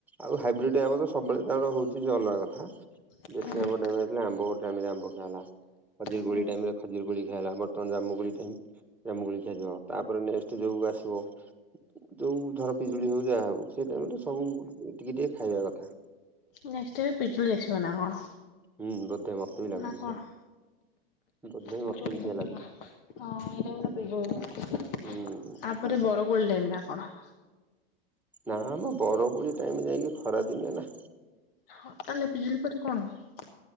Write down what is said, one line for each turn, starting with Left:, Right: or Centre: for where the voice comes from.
Centre: ଆଉ ହାଇବ୍ରିଡ ଆମ ତ ସବବେଳେ କାରଣ ହଉଛି। ଅଲଗା କଥା
Left: ହୁଁ
Centre: ଦେଶୀ ଆମ୍ବ ଟାଇମ ରେ ଆମ୍ବ ଖିଆ ହେଲା ଖଜୁରି
Left: ହୁଁ
Centre: କୋଳି ଟାଇମରେ। ଖଜୁରି କୋଳି ଖିଆ ହେଲା ବର୍ତ୍ତମାନ ଜାମୁ କୋଳି ଟାଇମ୍ ଜାମୁ କୋଳି ଖାଆ ଯିବ ତା ତାପରେ ନେକ୍ସଟ୍ ଯୋଉ ଆସିବ ଯୋଉ ଧର ପିଜୁଳି ହଉ ଯା ହଉ ସେଇଟା ଟାଇମ୍ ରେ ସବୁ। ଟିକେ ଟିକେ ଖାଇବା କଥା।
Left: ନେକ୍ସଟ୍ ଏବେ ପିଜୁଳି ଆସିବ ନା କଣ।
Centre: ହୁଁ ବୋଧେ ମତେ ବି ଲାଗୁଛି
Left: ନା କଣ
Centre: ସେୟା ବୋଧେ
Left: ପିଜୁଳି
Centre: ମତେ ବି
Left: ନୁଏ
Centre: ସେୟା ଲାଗୁଛି
Left: ନା। ହଁ ଏଇମ୍ ରେ ପିଜୁଳି ହୁଏ ନା କଣ
Centre: ହୁଁ
Left: ଆପରେ ବର‌ କୋଳି ଟାଇମ୍ ନା କଣ।
Centre: ନା ମ ବରକୋଳି ଟାଇମ ଯାଇକି ଖରା ଦିନେ ନା।
Left: ହଁ ତାହେ ଲେ ପିଜୁଳି ପରେ କଣ ହୁଏ।